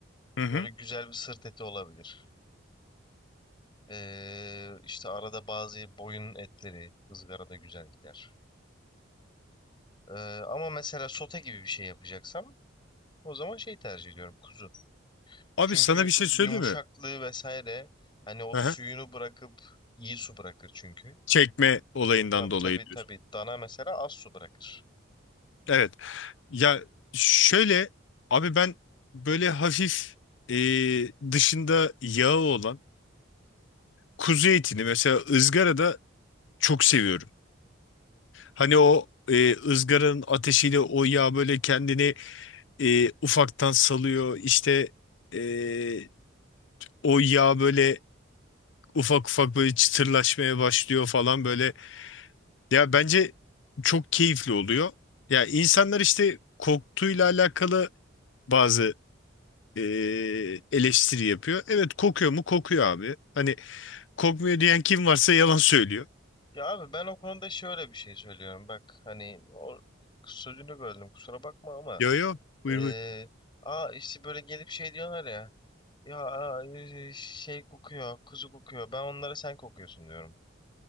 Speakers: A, on the left; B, on the left.
A: Hı hı.
B: Böyle güzel bir sırt eti olabilir. Ee, işte arada bazı boyun etleri ızgarada güzel gider. Ee, ama mesela sote gibi bir şey yapacaksam o zaman şey tercih ediyorum kuzu.
A: Abi
B: Çünkü
A: sana bir şey söyleyeyim
B: yumuşaklığı
A: mi?
B: vesaire hani o
A: Hı
B: suyunu
A: hı.
B: bırakıp iyi su bırakır çünkü.
A: Çekme olayından
B: Tabii
A: dolayı
B: tabii
A: diyorsun.
B: tabii dana mesela az su bırakır.
A: Evet. Ya şöyle abi ben böyle hafif e, dışında yağı olan kuzu etini mesela ızgarada çok seviyorum. Hani o e, ızgaranın ateşiyle o yağ böyle kendini e, ufaktan salıyor. İşte e, o yağ böyle ufak ufak böyle çıtırlaşmaya başlıyor falan böyle. Ya bence çok keyifli oluyor. Ya insanlar işte koktuğuyla alakalı bazı eee, eleştiri yapıyor. Evet kokuyor mu? Kokuyor abi. Hani kokmuyor diyen kim varsa yalan söylüyor.
B: Ya abi ben o konuda şöyle bir şey söylüyorum. Bak hani o sözünü böldüm kusura bakma ama
A: Yo yo buyur
B: eee
A: buyur.
B: aa işte böyle gelip şey diyorlar ya ya aa, eee, şey kokuyor kuzu kokuyor ben onlara sen kokuyorsun diyorum.